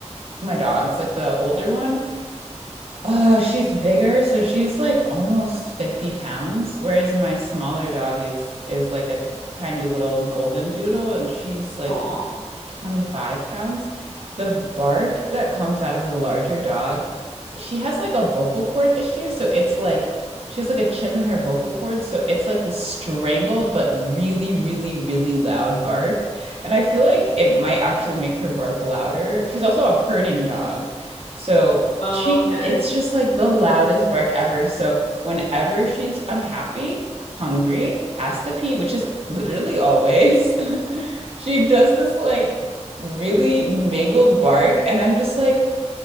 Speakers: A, on the right; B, on the left.
A: my dogs, like the older one, uh, she's bigger, so she's like almost 50 pounds, whereas my smaller dog is is like a tiny little golden doodle and she's like
B: Aw.
A: 25 pounds. The bark that comes out of the larger dog, she has like a vocal cord issue. So it's like she has like a chip in her vocal cord. So it's like the strangled but really, really, really loud bark. And I feel like it might actually make her bark louder. She's also a herding dog. So
B: Oh,
A: she,
B: okay.
A: it's just like the loudest bark ever. So whenever she's unhappy, hungry, has to pee, which is literally always, <laughs> she does this like really mangled bark and I'm just like